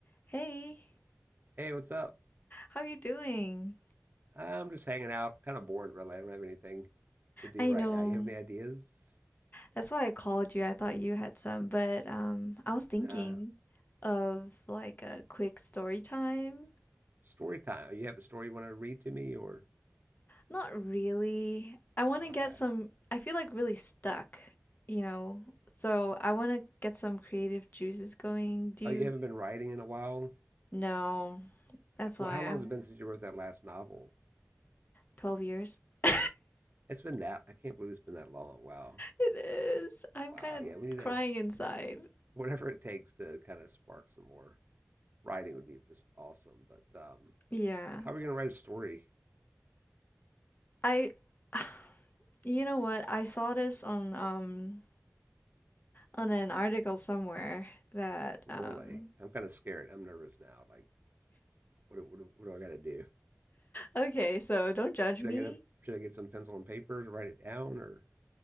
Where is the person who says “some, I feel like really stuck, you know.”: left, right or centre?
Left